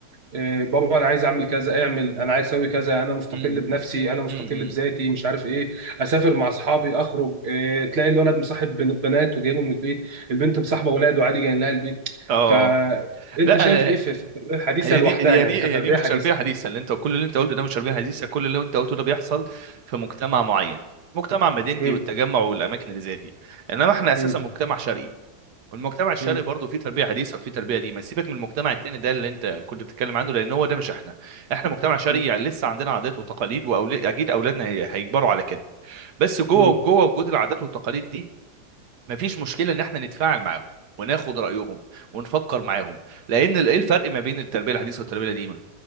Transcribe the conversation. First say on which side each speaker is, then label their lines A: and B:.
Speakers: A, on the right; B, on the right.
A: إيه، بابا انا عايز اعمل كذا اعمل انا عايز اسوي كذا انا مستقل
B: امم
A: بنفسي انا مستقل
B: امم
A: بذاتي مش عارف ايه اسافر مع اصحابي اخرج إيه، تلاقي الولد مصاحب بن- بنات وجايبهم من البيت البنت مصاحبه ولاد وعادي جايين لها البيت
B: اه
A: فانت
B: لا
A: شايف
B: انا
A: ايه في في التربيه الحديثه
B: هي
A: لوحدها
B: دي هي
A: يعني
B: دي
A: كتربيه
B: هي دي مش
A: حديثه
B: تربيه حديثه اللي انت كل اللي انت قلته ده مش تربيه حديثه كل اللي انت قلته ده بيحصل في مجتمع معين مجتمع مدينتي
A: مم.
B: والتجمع والاماكن اللي زي دي انما احنا اساسا
A: مم.
B: مجتمع شرقي والمجتمع الشرقي
A: مم.
B: برضه فيه تربيه حديثه وفيه تربيه دي ما سيبك من المجتمع التاني ده اللي انت كنت بتتكلم عنه لان هو ده مش احنا احنا مجتمع شرقي
A: مم.
B: يعني لسه عندنا عادات وتقاليد واكيد اولادنا هي- هيكبروا على كده بس جوه
A: مم.
B: جوه وجود العادات والتقاليد دي مفيش مشكله ان احنا نتفاعل معاهم وناخد رايهم ونفكر معاهم لان ال- ايه الفرق ما بين التربيه الحديثه والتربيه القديمه